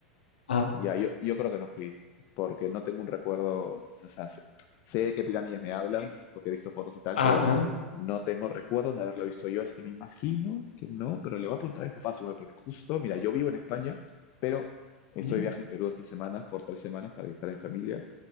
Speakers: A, on the left (about 75°); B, on the left (about 45°).
A: Ajá.
B: ya, yo, yo creo que no fui, porque no tengo un recuerdo, o sea, sé sé de qué pirámides me hablas,
A: sí,
B: porque he visto fotos y tal,
A: Ajá,
B: pero
A: ajá,
B: no tengo recuerdos de haberlo visto yo, así que me imagino que no, pero le voy a preguntar a mis papás igual, porque justo, mira, yo vivo en España, pero estoy
A: ujú.
B: de viaje en Perú estas semanas, por tres semanas, para visitar a mi familia,